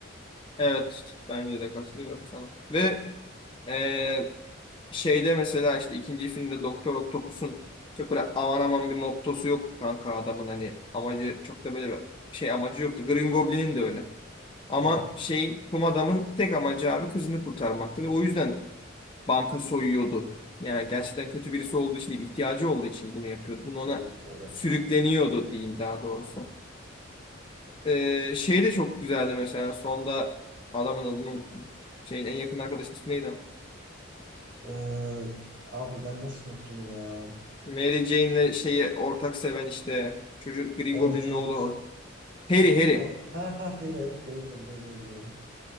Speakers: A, on the left; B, on the right.
A: Evet. Bence de katılıyorum sana. Ve e, şeyde mesela işte ikinci filmde Doktor Octopus'un çok böyle aman aman bir mottosu yoktu kanka adamın hani amacı çok da böyle bir şey amacı yoktu. Green Goblin'in de öyle. Ama
B: Hı hı.
A: şeyin kum adamın tek amacı abi kızını kurtarmaktı ve o yüzden banka soyuyordu. Yani gerçekten kötü birisi olduğu için değil, ihtiyacı olduğu için bunu yapıyordu. Bunu
B: Evet,
A: ona
B: evet.
A: sürükleniyordu diyeyim daha doğrusu. Ee, şey de çok güzeldi mesela. Sonda adamın adını unuttum. Şeyin en yakın arkadaşın ismi neydi ama?
B: Ee, abi ben nasıl unuttum bunu ya?
A: Mary Jane'le şeyi ortak seven işte çocuk Green
B: Evet,
A: Goblin'in
B: evet.
A: oğlu o. Harry
B: O, o-
A: Harry.
B: ha ha hayır, evet doğru dedim, doğru dedim, doğru.